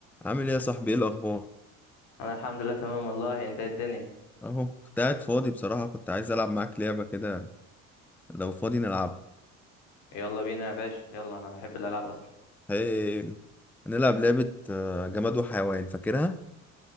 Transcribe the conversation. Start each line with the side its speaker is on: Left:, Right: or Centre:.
Centre: عامل ايه يا صاحبي ايه الاخبار
Left: انا الحمد لله تمام والله انت إيه الدنيا
Centre: اهو كنت قاعد فاضي بصراحة كنت عايز العب معاك لعبة كده لو فاضي نلعبها
Left: يلا بينا يا باشا يلا انا بحب الالعاب اصلا
Centre: هي هنلعب لعبة آه، جماد وحيوان فاكرها